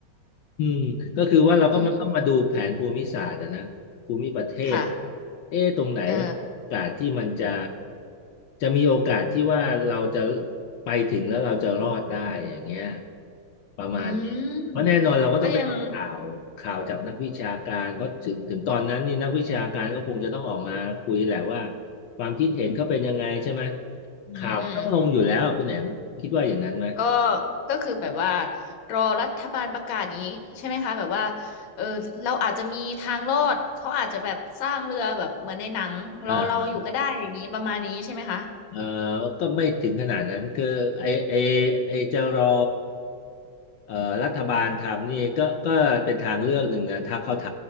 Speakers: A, on the left (about 75°); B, on the left (about 55°).
A: อืมก็คือว่าเราก็มาต้องมาดูแผนภูมิศาสตร์อะนะภูมิประเทศ
B: อืมอืมค่ะ
A: เอ๊ะตรงไหนแล้วโอกาสที่มันจะ
B: เออ
A: จะมีโอกาสที่ว่าเราจะไปถึงแล้วเราจะรอดได้อย่างเงี้ยประมาณนี้เพราะแน่นอนเราก็ต้องไปเอาข่าวข่าวจากนักวิชาการเพราะถึงถึงตอนนั้นนี่นักวิชาการก็คงจะต้องออกมาคุยแหละว่า
B: อืมก็ยัง
A: ความคิดเห็นเขาเป็นยังไงใช่ไหม
B: อืมอืม
A: ข่าวมันต้องลงอยู่แล้วอะคุณแหนมคิดว่าอย่างนั้นไหม
B: ก็ก็คือแบบว่ารอรัฐบาลประกาศนี้ใช่ไหมคะแบบว่าเออเราอาจจะมีทางรอดเขาอาจจะแบบสร้างเรือแบบเหมือนในหนังเราเราอยู่ก็ได้อย่างนี้ประมาณนี้ใช่ไหมคะ
A: เออ เออก็ไม่ถึงขนาดนั้นคือไอไอไอจะรอเอ่อรัฐบาลทำนี่ก็ก็เป็นทางเลือกหนึ่งนะถ้าเขาท